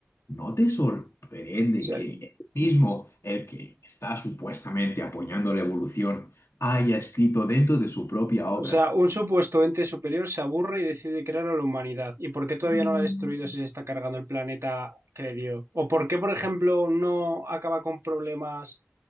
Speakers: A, on the left; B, on the right.
A: ¿no te sorprende
B: sea,
A: que el mismo, el que está supuestamente apoyando la evolución, haya escrito dentro de su propia obra?
B: O sea, un supuesto ente superior se aburre y decide crear a la humanidad. ¿Y por qué todavía
A: Mm,
B: no la ha destruido si se está cargando el planeta que le dio? ¿O por qué, por ejemplo, no acaba con problemas